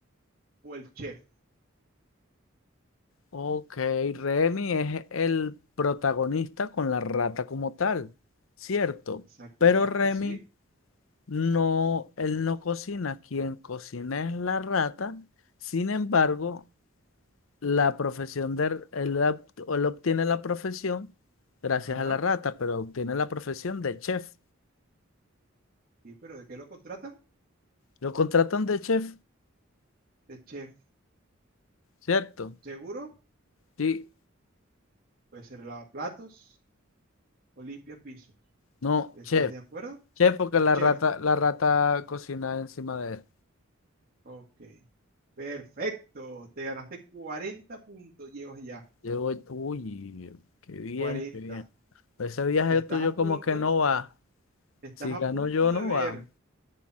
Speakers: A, on the right (about 45°); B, on the left (about 80°).
A: o el chef?
B: Ok, Remy es el protagonista con la rata como tal, cierto.
A: Exactamente,
B: Pero Remy
A: sí.
B: no, él no cocina, quien cocina es la rata. Sin embargo, la profesión de, r- él, ob- él obtiene la profesión gracias
A: Ajá.
B: a la rata, pero obtiene la profesión de chef.
A: Sí, pero ¿de qué lo contratan?
B: Lo contratan de chef,
A: De chef.
B: cierto.
A: ¿Seguro?
B: Sí,
A: Puede ser lavaplatos o limpia pisos.
B: no,
A: ¿Estás
B: chef,
A: de acuerdo?
B: chef porque la
A: Chef.
B: rata, la rata cocina encima de él.
A: Ok. Perfecto. Te ganaste 40 puntos. Llevas ya
B: Yo voy, uy, qué bien,
A: cuarenta.
B: qué bien. Ese viaje
A: Estás
B: tuyo
A: a punto.
B: como que no va.
A: Estás
B: Si
A: a
B: gano
A: punto
B: yo,
A: de
B: no
A: ver.
B: va.